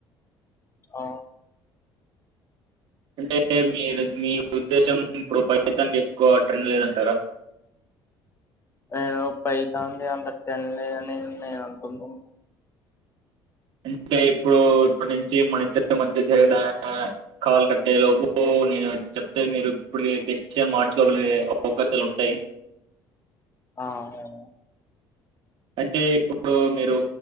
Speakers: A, on the left; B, on the right.
A: ఆ,
B: అంటే మీరు మీ ఉద్దేశం. ఇప్పుడు పైతాన్ కి ఎక్కువ ట్రెండ్ లేదంటారా.
A: ఆహ్ పైతానుది అంత ట్రెండ్ లేదని నేను అనుకుంటున్నా.
B: అంటే ఇప్పుడు ఇప్పటి నుంచి మన ఇద్దరి మధ్య జరుగద కాలు కట్టయే లోపు. నేను చెప్తే మీరు ఇప్పుడు డిసిషన్ మార్చుకోగలిగే అవకాశాలు ఉంటయ్.
A: ఆవును.
B: అంటే ఇప్పుడు మీరు.